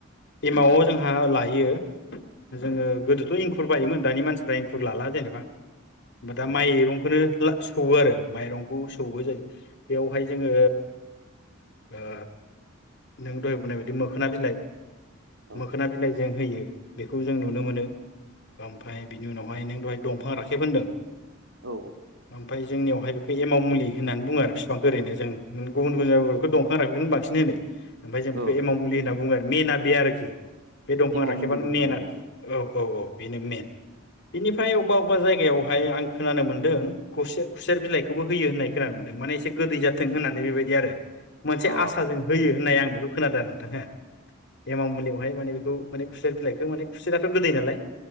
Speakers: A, on the left (about 60°); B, on the right (about 75°).
A: एमावआव जोंहा लायो जोङो गोदोथ' एंखुर बायोमोन दानि मानसिफ्रा इंखुर लाला जेनेबा होमबा दा
B: औ
A: माइरंखौनो ला सौवो आरो माइरंखौ सौवो जायैबाय बेयावहाय जोङो ओ नों दहाय बुंनायबा बिदि मोखोना बिलाइ
B: औ
A: मोखोना बिलाय जों होयो बेखौ जों नुनो मोनो ओमफ्राय बिनि उनावहाय नों दहाय दंफां राखेब होनदों
B: औ औ
A: ओमफ्राय जोंनियावहाय बेखौ एमाव मुलि होननानै बुङो आरो बिफां ओरैनो जों गुबुन गुबुन जायगायाव बेखौ दंखां राखेब बांसिन होनो ओमफ्राय जों
B: औ
A: बे एमाव मुलि होनना बुङो मेना बे आरोखि बे दंफां
B: एमाव
A: राखेबानो
B: मुलिबो होनो
A: मेन
B: आरोना
A: आरोखि औ औ औ बेनो मेन बेनिफ्राय अबेबा अबेबा जायगायावहाय आं खोनानो मोन्दों खौसे खुसेर बिलाइखौबो होयो होननाय खोनानो मोनदों माने एसे गोदै जाथों होननानै बेबायदि आरो मोनसे
B: अ
A: आसाजों होयो होननाय आं बेखौ खोनादों आरो नोंथां हो एमाव मुलिखौहाय माने खौ माने खुसेर बिलाइखौ माने खुसेराथ' गोदै नालाय